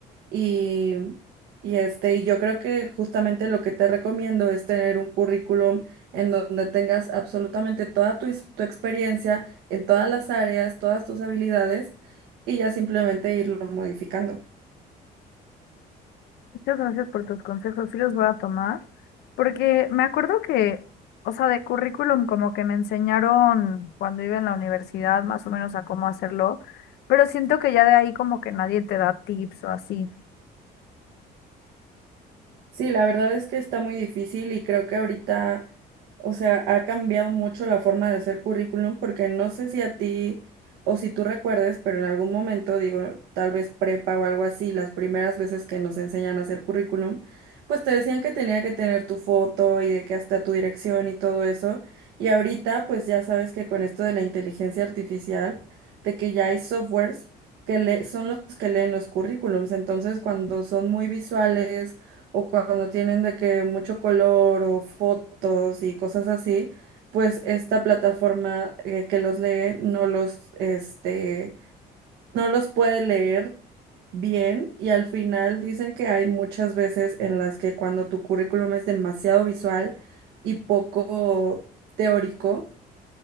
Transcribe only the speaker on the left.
Muchas gracias por tus consejos, sí los voy a tomar, porque me acuerdo que, o sea, de currículum como que me enseñaron cuando iba en la universidad más o menos a cómo hacerlo, pero siento que ya de ahí como que nadie te da tips o así.